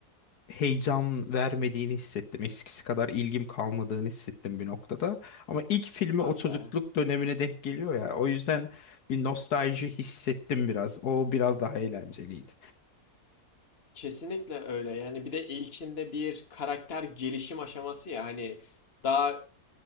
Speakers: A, on the left; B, on the left.
A: heyecan vermediğini hissettim. Eskisi kadar ilgim kalmadığını hissettim bir noktada. Ama ilk filmi
B: Ah
A: o çocukluk
B: be.
A: dönemine denk geliyor ya. O yüzden bir nostalji hissettim biraz. O biraz daha eğlenceliydi.
B: Kesinlikle öyle. Yani bir de ilkinde bir karakter gelişim aşaması ya hani daha